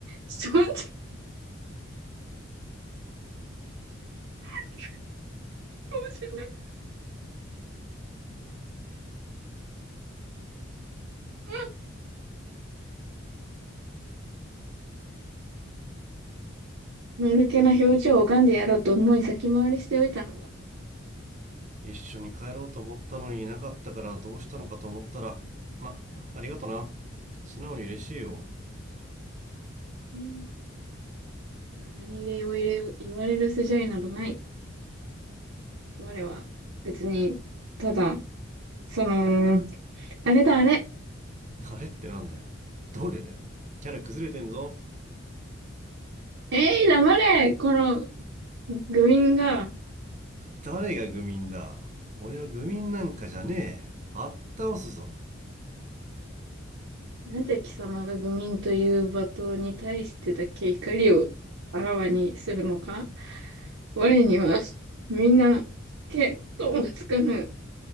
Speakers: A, on the right; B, on the right.
A: ちょっと待って、これかもしれない。うん丸気な表情を拝んでやろうと思い先回りしておいたのだ。
B: 一緒に帰ろうと思ったのにいなかったからどうしたのかと思ったらまありがとな素直に嬉しいよ
A: うん。貴様に礼を入れ、言われる筋合いなどない。我は別に、ただ、その、あれだあれ。
B: あれってなんだよどれだよキャラ崩れてんぞ
A: えい、黙れこの愚民が、
B: 誰が愚民だ俺は愚民なんかじゃねえあったおすぞ
A: なぜ貴様が愚民という罵倒に対してだけ怒りをあらわにするのか我には、みんな、見当もつかぬ